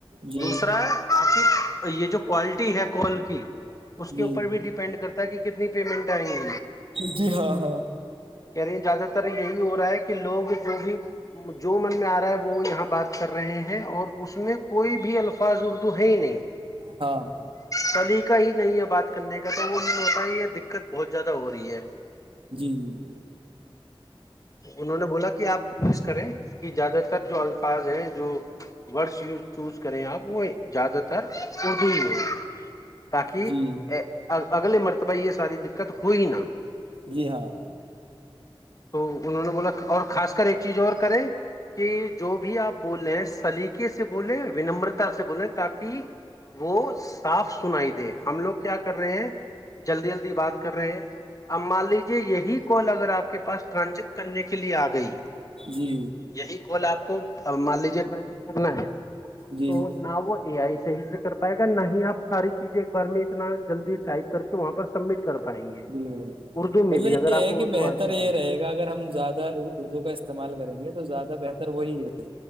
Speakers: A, on the right; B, on the left.
A: جی
B: دوسرا ہے آپ یہ جو کوالٹی ہے کال کی اس کے
A: جی
B: اوپر بھی ڈیپینڈ کرتا کہ کتنی پیمنٹ آئیں گی
A: جی ہاں ہاں
B: کہہ رہی ہیں زیادہ تر یہی ہو رہا ہے کہ لوگ جو بھی جو من میں آ رہا ہے وہ یہاں بات کر رہے ہیں اور اس میں کوئی بھی الفاظ اردو ہے ہی نہیں
A: ہاں
B: کلی کا ہی نہیں ہے بات کرنے کا تو وہ انہوں نے ہوتا یہ بہت زیادہ ہو رہی ہے
A: جی جی
B: انہوں نے بولا کہ کہ آپ کوشش کریں کہ زیادہ تر جو الفاظ ہیں جو ورڈس یز چوز کریں آپ وہ زیاد ت <unintelligible> ہو ہو تاکہ
A: جی
B: اگلے مرتبہ یہ ساری دقت ہوئی نہا <inaudible>
A: جی ہاں
B: تو انہوں نے بولا اور خاص کر ایک چیز اور کریں کہ جو بھی آپ بولےیں سلیقے سے بولیں ونمرتا سے بولیں تاکہ وہ صاف سنائی دے ہم لوگ کیا کر رہے ہیں جلدی جلدی بات کر رہے ہیں اب مان لیجیے یہی کال اگر آپ کے پاس ٹرانجیکٹ کرنے کے لیے آ گئی
A: جی
B: یہی کال آپ کو مان لیجیے ٹرانز کرنا ہے <unintelligible>
A: جی
B: تو ن وہ ا آئی <unintelligible> صح سے کر پائے گا نہیں آپ ساری چیزیں ایک بار میں اتنا جلدی ٹائپ کر کے وہاں پر سبمٹ کر پائیں گے
A: بالکل
B: اردو میں
A: مطلب
B: بھی اگر
A: یہ
B: آپ
A: ہے
B: کو
A: کہ
B: اردو
A: بہتر
B: بھی
A: یہ رہے
B: ہے
A: گا اگر ہم زیادہ اردو کا استعمال کرتے تو زیادہ بہتر وہ نہیں رہ